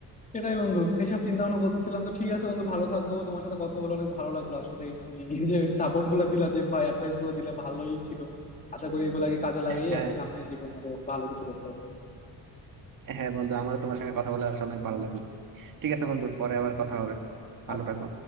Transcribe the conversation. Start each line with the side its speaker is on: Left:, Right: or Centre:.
Left: সেটাই বন্ধু এইসব চিন্তা ভাবনা করতেছিলাম তো ঠিক আছে বন্ধু ভালো থাকো তোমার সাথে কথা বলে অনেক ভালো লাগলো আসলে তুমি এই যে সাপোর্ট গুলা দিলা যে ভাই অ্যাডভাইস গুলো দিলে ভালোই ছিল আশা করি এগুলাকে কাজে লাগিয়ে
Right: হ্যাঁ
Left: আমি সামনে জীবনে আরো ভালো কিছু করতে পারবো
Right: হ্যাঁ বন্ধু আমারও তোমার সঙ্গে কথা বলে আসলে অনেক ভালো লাগলো ঠিক আছে বন্ধু পরে আবার কথা হবে ভালো
Left: আচ্ছা
Right: থাকো